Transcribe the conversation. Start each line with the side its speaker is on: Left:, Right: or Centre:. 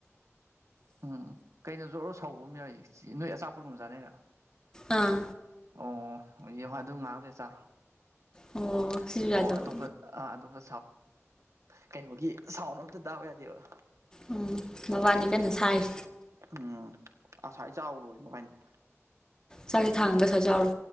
Right: ꯎꯝ ꯀꯩꯅꯣ ꯖꯣꯔ ꯁꯧꯕ ꯑꯃ ꯌꯥꯎꯔꯤꯁꯦ ꯅꯣꯏ ꯑꯆꯥꯄꯣꯠꯒꯨꯝꯕ ꯆꯥꯅꯩꯔꯥ
Left: ꯑꯥ
Right: ꯑꯣ ꯌꯦꯡꯉꯣ ꯑꯗꯨ ꯉꯥꯛ ꯂꯩꯔꯥ ꯆꯥꯔꯣ
Left: ꯑꯣ ꯁꯤꯁꯨ ꯌꯥꯗꯕ
Right: ꯑꯣ ꯑꯇꯣꯞꯄ ꯑꯥ ꯑꯇꯣꯞꯄ ꯀꯩꯆꯣꯒꯤ ꯁꯥꯎꯟ ꯑꯝꯇ ꯇꯥꯕ ꯌꯥꯗꯦꯕ
Left: ꯎꯝ ꯃꯕꯥꯅꯤ ꯀꯟꯅ ꯁꯥꯏꯔꯤ
Right: ꯎꯝ ꯑꯁꯥꯏ ꯆꯥꯎꯔꯣꯎ ꯃꯕꯅꯤ <inaudible>
Left: ꯆꯥꯛꯁꯦ ꯊꯥꯡꯉꯒ ꯑꯁꯨꯋꯥꯏ ꯆꯥꯎꯔꯣ